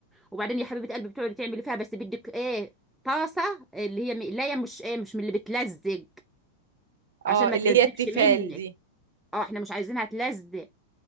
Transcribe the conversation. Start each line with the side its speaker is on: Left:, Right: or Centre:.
Centre: وبعدين يا حبيبة قلبي بتقعدي تعملي فيها بس بدك ايه طاسة اللي هي مقلاية مش ايه مش من اللي بتلزق عشان
Right: اه
Centre: ما
Right: اللي
Centre: تلزقش
Right: هي التيفال
Centre: منك
Right: دي
Centre: اه احنا مش عايزينها تلزق